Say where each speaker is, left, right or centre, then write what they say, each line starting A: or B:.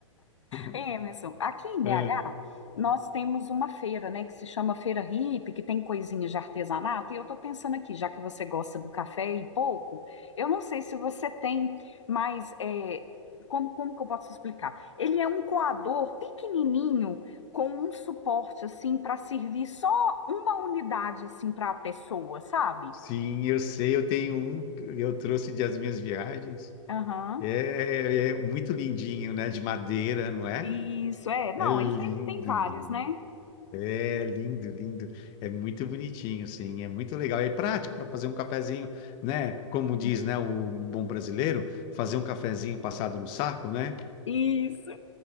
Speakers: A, on the left; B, on the left.
A: <laughs>
B: É, Emerson, aqui em BH,
A: É.
B: nós temos uma feira, né, que se chama Feira Hippie, que tem coisinhas de artesanato, e eu tô pensando aqui, já que você gosta do café e pouco, eu não sei se você tem, mas é, como, como que eu posso explicar? Ele é um coador pequenininho com um suporte, assim, para servir só uma unidade, assim, para a pessoa, sabe?
A: Sim, eu sei, eu tenho um, que eu trouxe das minhas viagens.
B: Aham.
A: É, é muito lindinho, né? De madeira, não é?
B: Isso, é. Não,
A: É lindo,
B: ele tem, tem vários,
A: lindo.
B: né?
A: É lindo, lindo. É muito bonitinho, assim. É muito legal. É prático para fazer um cafezinho, né? Como diz,
B: Uhum.
A: né, o bom brasileiro, fazer um cafezinho passado no saco, né?
B: Isso,